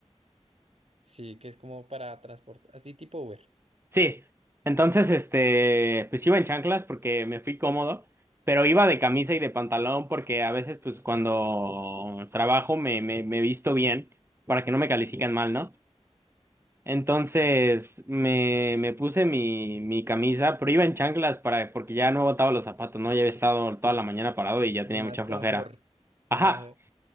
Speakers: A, on the right (about 65°); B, on the right (about 20°).
A: Sí, que es como para transportar, así tipo Uber.
B: Sí, entonces, este, pues iba en chanclas porque me fui cómodo, pero iba de camisa y de pantalón porque a veces, pues cuando trabajo me, me, me visto bien para que no me califiquen mal, ¿no? Entonces
A: Uf,
B: me, me puse mi, mi camisa, pero iba en chanclas para, porque ya no botaba los zapatos, ¿no? Ya había estado toda la mañana parado y ya
A: Así
B: tenía
A: más
B: mucha
A: confort.
B: flojera. Ajá.
A: <laughs>